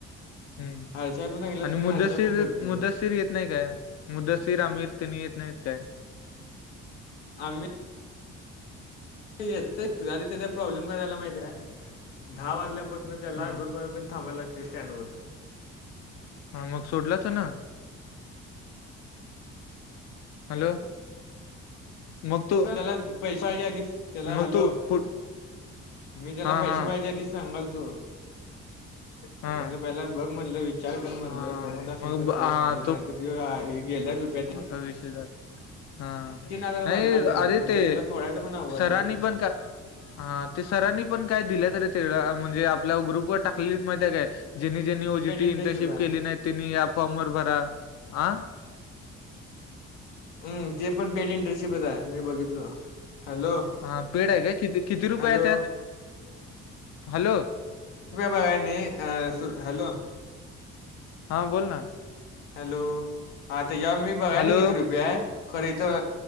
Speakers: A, on the left; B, on the left.
A: हम्म
B: हर्षा पण सांगितलंस
A: आणि
B: कोणी
A: मुदसिर
B: हर्षा पण करते
A: मुद्दस्िर येत नाही काय मुदसिर आमिर तनी येत नाहीत काय
B: आम्ही येत तुझ त्या प्रॉब्लेम काय झाला माहिती आहे दहा वाजल्यापासून न त्याला
A: हा
B: दोन मेार पण थांबायला लागतील सँडवर.
A: हा मग सोडला तर ना. हॅलो मग तो.
B: त्याला पैसे पाहिजे आधीच त्याला
A: मग
B: हॅलो
A: तो कुठ
B: मी त्याला
A: हा
B: पैसे
A: हा
B: पाहिजे आधीस. सांगाल तो.
A: हा
B: म्हणलं पहिला बघ म्हणलं विचार कर म्हणलं
A: हा
B: दमत असलं
A: मग
B: तर
A: ब- आ,
B: कर म्हणलं नाहीत गेल्यात रुपया त
A: षय झा हा
B: हजार
A: नाही.
B: भरला आहे त्यांना
A: अरे
B: म्हणलं
A: ते
B: त्याला सोडायचं पण अवघड
A: सरांनी
B: आहे रे
A: पण का हा ते सरांनी पण काय दिलं तरी तेवढ म्हणजे आपल्या ग्रुपवर टाकलेली माहिित काय. ज्यांनी ज्यांनी ओजीटी
B: पेड इंटरशिप
A: इंटर्नशिप
B: आहे
A: केली नाही त्यांनी या फॉर्म वर भरा ह.
B: हम्. ते पण पेडंटरेस ब आहे मी बघितलो हॅलो.
A: हा पेड आहे काय किती किती रुपये
B: हॅलो
A: आहेत त्यात हॅलो.
B: पने. हॅलो
A: हा बोल ना.
B: हॅलो हाता याव मी बघा
A: हॅलो
B: ना किती रुपये आहे खरं तर